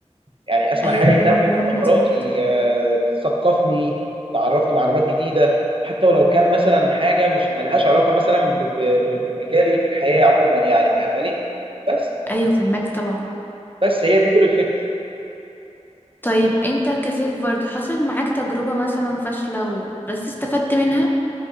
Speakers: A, on the right; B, on the left.
A: يعني اسمع
B: ايوه
A: حاجه تنمي
B: طبعا كلامك
A: من مهاراتي
B: مظبوط
A: آه، تثقفني تعرفني معلومات جديده حتى ولو كان مثلا حاجه مش ملهاش علاقه مثلا ب- ب- ب- بمجالي في الحياه عموما يعني فاهماني بس
B: ايوه فهمك طبعا
A: بس هي دي كل الفكره
B: طيب انت كسيف برضو حصل معاك تجربة مثلا فاشلة و... بس استفدت منها